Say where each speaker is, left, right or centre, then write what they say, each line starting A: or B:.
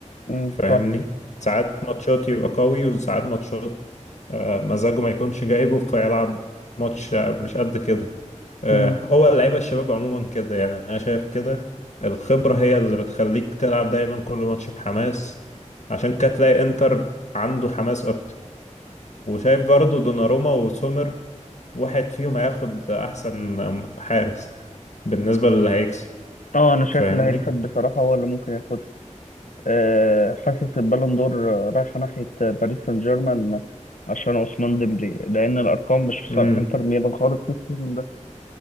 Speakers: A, on the left; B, on the left.
A: مم.
B: فاهمني
A: صح
B: ساعات ماتشات يبقى قوي وساعات ماتشات آه، مزاجه ما يكونش جايبه فيلعب ماتش آه، مش قد كده آه،
A: مم.
B: هو اللعيبة الشباب عموما كده يعني أنا شايف كده الخبرة هي اللي بتخليك تلعب دايما كل ماتش بحماس عشان كده تلاقي إنتر عنده حماس أكتر وشايف برضو دوناروما وسومر واحد فيهم هياخد أحسن حارس بالنسبة للي هيكسب
A: اه انا شايف
B: فاهمني؟
A: اللي هيكسب بصراحة هو اللي ممكن ياخدها أه حاسس البالون دور رايحة ناحية باريس سان جيرمان عشان عثمان ديمبلي لأن الأرقام مش في
B: مم.
A: صالح انتر ميلان خالص في السيزون ده